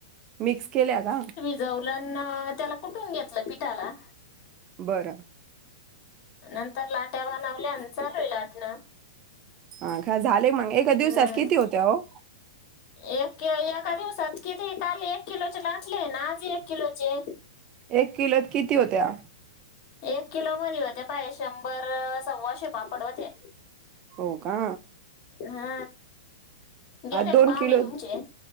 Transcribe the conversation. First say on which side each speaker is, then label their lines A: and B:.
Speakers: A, on the right; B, on the left.
A: मिक्स केल्या का
B: जवलन ना त्याला कुठून घेतलं पिठाला
A: बरं
B: नंतर लाट्या बनवल्या आणि चालूय लाटणं
A: हा का झाले मग एका दिवसात
B: हम्म.
A: किती होत्या ओ
B: एक एका दिवसात किती काल एक किलोचे लाटले ना आज एक किलोचे
A: एक किलोत किती होत्या
B: एक किलो मध्ये होते पाये शंभर सव्वाशे पापड होते
A: हो का
B: हा गेले
A: हा
B: का
A: दोन
B: पाहुणे
A: किलो
B: तुमचे?